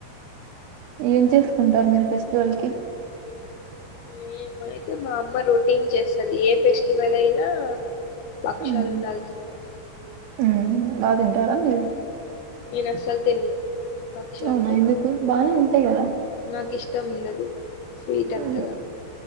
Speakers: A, on the right; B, on the left.
A: ఏం చేసుకుంటారు మీరు ఫెస్టివల్ కి
B: మేమ్ అయితే మా అమ్మ రొటీన్ చేస్తుది ఏ ఫెస్టివల్ అయినా పక్షాలు
A: హ్మ్.
B: ఉండాల్సిందే
A: హ్మ్. బా తింటారా మీరు
B: నేను అస్సలు తిన్ను భక్షాలు
A: అవునా
B: తిన్ను
A: ఎందుకు బానే ఉంతాయి కద
B: నాకు ఇష్టం ఉండదు స్వీట్ అంతగా
A: మ్మ్